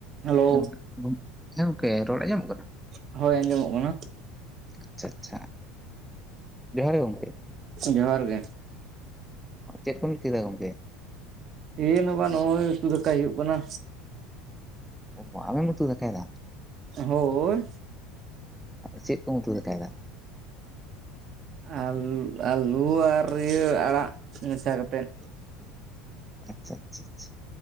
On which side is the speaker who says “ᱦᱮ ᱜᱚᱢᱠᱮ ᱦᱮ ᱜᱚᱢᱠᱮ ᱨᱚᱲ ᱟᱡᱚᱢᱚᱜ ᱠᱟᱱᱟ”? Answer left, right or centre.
Centre